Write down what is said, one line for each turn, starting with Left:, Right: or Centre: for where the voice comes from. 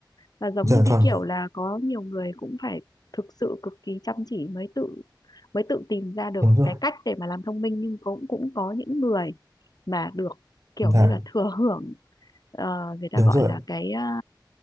Left: là giống
Right: dạ
Left: như cái
Right: vâng
Left: kiểu là có nhiều người cũng phải thực sự cực kỳ chăm chỉ mới tự mới tự tìm ra được
Right: đúng rồi
Left: cái cách để mà làm thông minh nhưng cũng cũng có những người mà được kiểu
Right: dạ
Left: như là thừa hưởng ờ, người ta
Right: đúng
Left: gọi
Right: rồi
Left: là cái ờ,